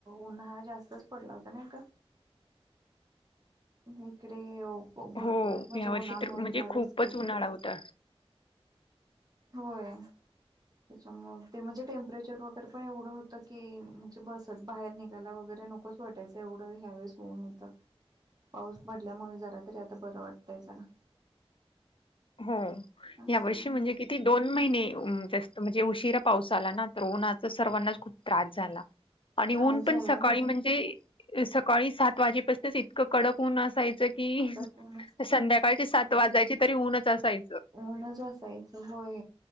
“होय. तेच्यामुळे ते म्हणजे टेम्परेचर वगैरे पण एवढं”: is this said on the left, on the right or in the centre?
Right